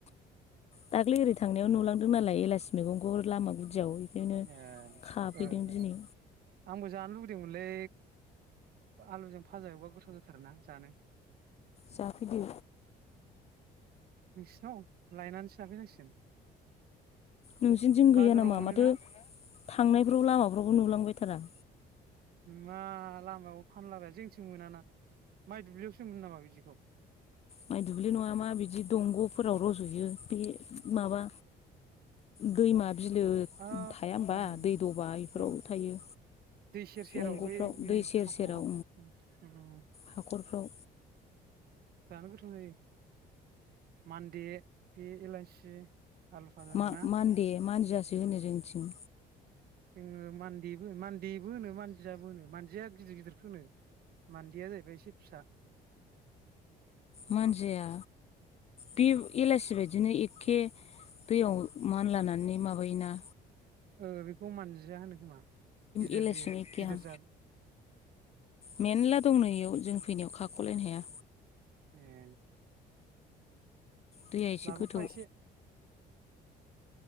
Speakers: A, on the left; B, on the right.
A: दाख्लै ओरै थांनायाव नुलांदों नालाय एलासि मैगंखौ लामा, गुदियाव बेखायनो
B: ए
A: खाफैदों
B: ओ
A: दिनै
B: ओ आंबो जानो लुबै दों मोनलै आलुजों गोब बा भाजा एव गोथाव जाथारोना जानो,
A: जाफैदो
B: नोंसिनाव लायनानैसो जाफैनांसिगोन,
A: नोंसिनिथिं
B: बाजाराव
A: गैया नामा
B: मोनोना
A: माथो थांनायफ्राव लामाफ्रावबो नुलां बायथारा,
B: मा लामायाव फानलाबाया जोंथिं मोनाना माइ दुब्लियावसो मोन नामा बिदिखौ,
A: माइ दुब्लि नङा मा बिदि दंग'फोराव रज'यो बे माबा दैमा, बिलो
B: आ
A: थाया होनबा
B: उम
A: दै दबा बेफोराव
B: ओ
A: थायो
B: दै सेर सेराव
A: दंग'फ्राव
B: बे उम
A: दै सेर
B: हाफाव
A: सेराव
B: हाफाव उम उम
A: हाख'रफ्राव,
B: जानो गोथाव जायो मान्दे बे एलाइसि, आलुफाजाजों
A: मा
B: ना
A: मान्दे मानजियासो होनो जोंनिथिं
B: जोङो मानदेबो मानदेबो होनो मानजियाबो होनो मानदिया गिदिर गिदिरखौ होनो मानदेया जाहैबाय एसे फिसा
A: मानजिया बे एलासि बायदिनो एखे दैयाव मानलानानै माबायोना
B: ओ खौ मानजिया होनो खोमा गिदिर
A: एलासिजों
B: बियो
A: एखेहां
B: गिदिर जाद
A: मेरला दं नै इयाव जों फैनायाव खाख'लायनो हाया
B: ए
A: दैया एसे
B: लाबोफा
A: गोथौ
B: एसे